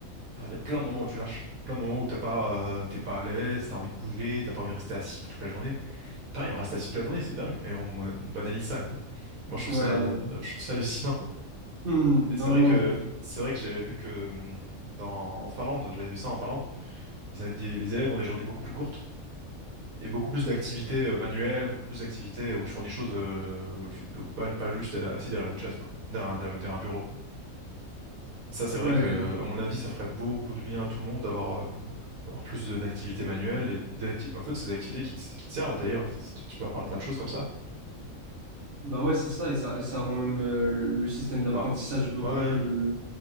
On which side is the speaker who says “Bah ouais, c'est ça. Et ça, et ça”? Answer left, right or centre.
Right